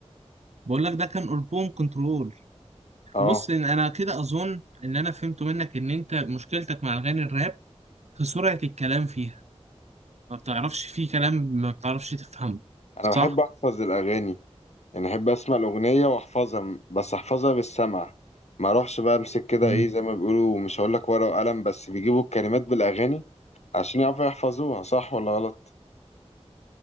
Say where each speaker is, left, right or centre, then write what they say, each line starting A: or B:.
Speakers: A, on the right; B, on the left.
A: بقول لك ده كان ألبوم كنترول
B: اه
A: بص إن انا كده اظن ان انا فهمت منك ان انت مشكلتك مع اغاني الراب في سرعة الكلام فيها ما بتعرفش فيه كلام ما بتعرفش تفهمه
B: انا
A: صح؟
B: بحب احفظ الاغاني يعني احب اسمع الاغنيه واحفظها م- بس احفظها بالسمع ما اروحش بقى امسك كده
A: مم.
B: ايه زي ما بيقولوا مش هقول لك ورقه وقلم بس بيجيبوا الكلمات بالاغاني عشان يعرفوا يحفظوها صح ولا غلط